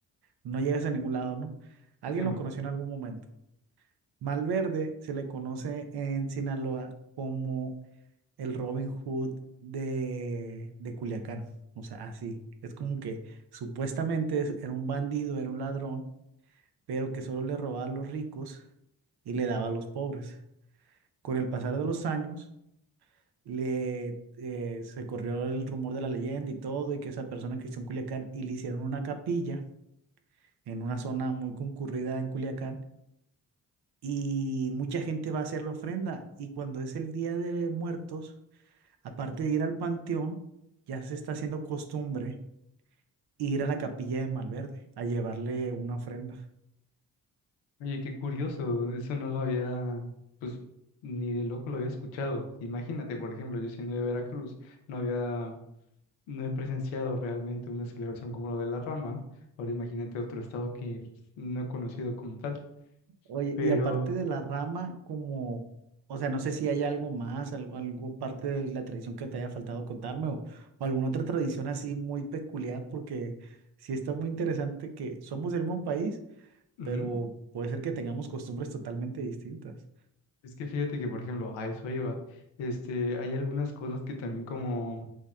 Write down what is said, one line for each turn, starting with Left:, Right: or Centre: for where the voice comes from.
Right: no llegas a ningún lado, ¿no? Alguien
Left: Qué
Right: lo
Left: mal.
Right: conoció en algún momento. Malverde se le conoce en Sinaloa como el Robin Hood de, de Culiacán. O sea, así. Es como que supuestamente es- era un bandido, era un ladrón, pero que solo le robaba a los ricos y le daba a los pobres. Con el pasar de los años, le, eh, se corrió el rumor de la leyenda y todo, y que esa persona existió en Culiacán, y le hicieron una capilla en una zona muy concurrida en Culiacán, y mucha gente va a hacer la ofrenda, y cuando es el Día de Muertos, Aparte de ir al panteón, ya se está haciendo costumbre ir a la capilla de Malverde a llevarle una ofrenda.
Left: Oye, qué curioso. Eso no lo había, pues, ni de loco lo había escuchado. Imagínate, por ejemplo, yo siendo de Veracruz, no había, no he presenciado realmente una celebración como lo de la Rama. Ahora imagínate otro estado que no he conocido como tal.
Right: Oye,
Left: Pero,
Right: y aparte de la rama, como, o sea, no sé si hay algo más, algo, algo parte de la tradición que te haya faltado contarme o, o alguna otra tradición así muy peculiar, porque sí está muy interesante que somos del mismo país,
Left: ujú,
Right: pero puede ser que tengamos costumbres totalmente distintas.
Left: Es que fíjate que, por ejemplo, a eso iba. Este, hay algunas cosas que también como